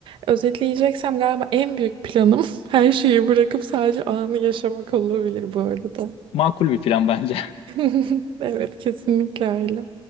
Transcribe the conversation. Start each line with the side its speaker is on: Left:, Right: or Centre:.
Right: Özetleyeceksem galiba en büyük planım <laughs> her şeyi bırakıp sadece anı yaşamak olabilir bu arada.
Left: Makul bir plan bence.
Right: <laughs> Evet, kesinlikle öyle.